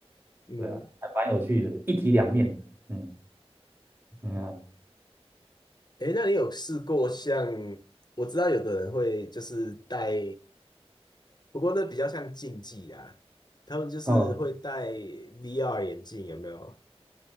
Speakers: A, on the left; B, on the right.
A: 嗯，
B: 对啊，还蛮有趣的，一体两面的。嗯嗯啊，
A: 诶，那你有试过像我知道有的人会就是戴，不过那比较像竞技啦，他们就是会戴
B: 哦，
A: VR 眼镜，有没有？